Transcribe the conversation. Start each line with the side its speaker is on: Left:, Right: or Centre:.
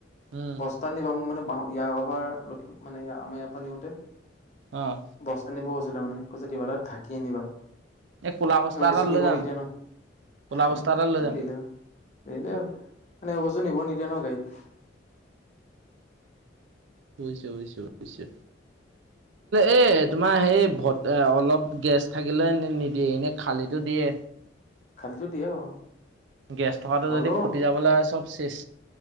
Right: উম।
Left: বস্তা নিবা মোক মানে ইয় আবাৰ লখিম মানে আমাৰ ইয়াৰ পৰা নিওঁতে।
Right: অঁ
Left: বস্তা নিবও কৈছিলে মানে, কৈছে কিবা এটাত ঢাকি আনিবা।
Right: এই ক'লা বস্তা
Left: এই বস্তু
Right: এটাত
Left: নিব
Right: লৈ যাম
Left: নিদিয়ে ন,
Right: ক'লা
Left: হে
Right: বস্তা এটাত লৈ
Left: কি
Right: যাম।
Left: নিলো। নিলেই হ'ল, এইবোৰ বস্তু নিব নিদিয়ে ন গাড়ীত।
Right: হৈছে হৈছে হৈছে।
Left: <inaudible>
Right: এ তোমাৰ সেই ভত অলপ গেছ থাকিলে নিদিয়ে এনে খালিটো দিয়ে।
Left: খালিতো দিয়ে বাৰু
Right: গেছ থকাটো
Left: হ'লেও
Right: যদি ফুটি যাবলৈ হয় চব চেছ।